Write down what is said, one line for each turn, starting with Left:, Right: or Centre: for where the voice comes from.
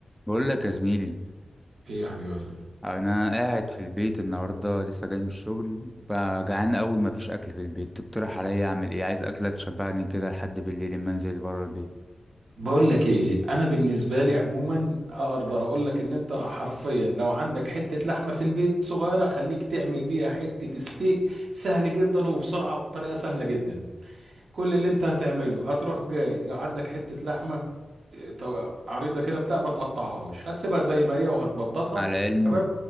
Centre: بقول لك يا زميلي
Right: ايه يا حبيب قلبي
Centre: انا قاعد في البيت النهارده لسه جاي من الشغل بقى جعان قوي مفيش اكل في البيت تقترح عليا اعمل ايه عايز اكله تشبعني كده لحد بالليل لما انزل بره البيت
Right: بقول لك ايه انا بالنسبه لي عموما اقدر اقول لك ان انت حرفيا لو عندك حته لحمه في البيت صغيره خليك تعمل بيها حته ستيك سهل جدا وبسرعه وبطريقه سهله جدا كل اللي انت هتعمله هتروح جاي لو عندك حته لحمه إيه، طو- عريضه كده بتاع ما تقطعهاش هتسيبها زي ما هي وهتبططها
Centre: مع العلم
Right: تمام